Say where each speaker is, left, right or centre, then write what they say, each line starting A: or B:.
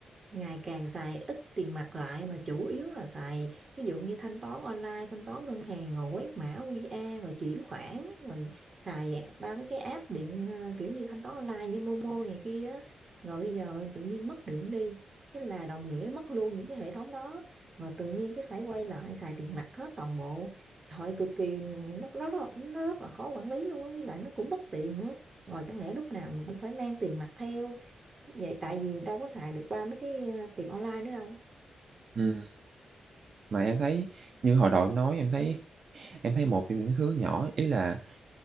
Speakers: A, on the right; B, on the right.
A: ngày càng xài ít tiền mặt lại mà chủ yếu là xài ví dụ như thanh toán online thanh toán ngân hàng rồi quét mã QR rồi chuyển khoản rồi xài ba mấy cái app điện ờ, kiểu như thanh toán online như Momo này kia á. rồi bây giờ tự nhiên mất điện đi cái là đồng nghĩa mất luôn những cái hệ thống đó rồi tự nhiên cái phải quay lại xài tiền mặt hết toàn bộ Trời cực kỳ nó, nó, rất- nó rất là khó quản lý luôn á với lại nó cũng bất tiện nữa rồi chẳng lẽ lúc nào mình cũng phải mang tiền mặt theo vậy tại vì đâu có xài được ba mấy cái ờ, tiền online nữa đâu
B: Ừm, mà em thấy như hồi đầu em nói, em thấy em thấy một trong những thứ nhỏ, ý là